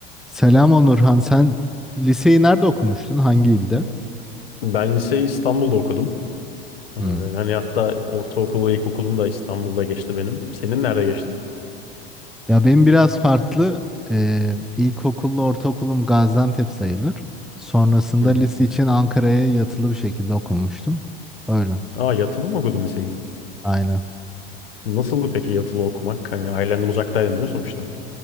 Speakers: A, in the centre; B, on the left.
A: Selam Onurhan. Sen liseyi nerede okumuştun? Hangi ilde?
B: Ben liseyi İstanbul'da okudum. Ee,
A: Hmm.
B: hani hatta ortaokul ve ilkokulum da İstanbul'da geçti benim. Senin nerede geçti?
A: Ya benim biraz farklı. Ee, ilkokulla ortaokulum Gaziantep sayılır. Sonrasında
B: Hı hı.
A: lise için Ankara'ya yatılı bir şekilde okumuştum. Öyle.
B: Aa yatılı mı okudun liseyi?
A: Aynen.
B: Nasıldı peki yatılı okumak? Hani ailenden uzaktaydın değil mi sonuçta?